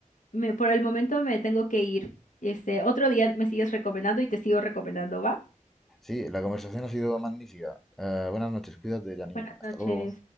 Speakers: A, on the left; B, in the centre.
A: Me, por el momento me tengo que ir. Este, otro día me sigues recomendando y te sigo recomendando, ¿va?
B: Sí, la conversación ha sido magnífica. Eh, buenas noches, cuídate, Janine.
A: Buenas
B: Hasta
A: noches.
B: luego.